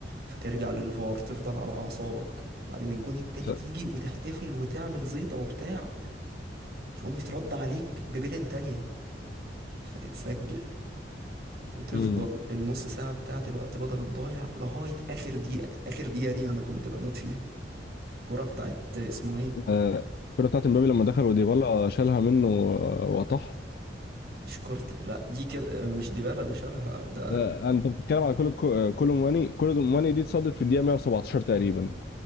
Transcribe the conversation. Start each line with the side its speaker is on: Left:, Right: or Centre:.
Right: فترجع للفار تفضل على اعصابك بعدين الجون التالت
Left: ف-
Right: يجي وتحتفل وتعمل زيطة وبتاع تقوم يترد عليك ببيلين تانية فتتسجل وتفضل
Left: مم.
Right: النص ساعة بتاعة الوقت بدل الضايع لغاية آخر دقيقة آخر دقيقة دي أنا كنت بموت فيها الكرة بتاعت اسمه إيه
Left: آه، الكرة بتاعت مبابي لما دخل وديبالا شالها منه آه، وطح
Right: مش كورت لا دي كده مش ديبالا اللي شالها ده
Left: آه، انت بتتكلم على كل كل مواني كل مواني دي اتصدت في الدقيقة 117 تقريبا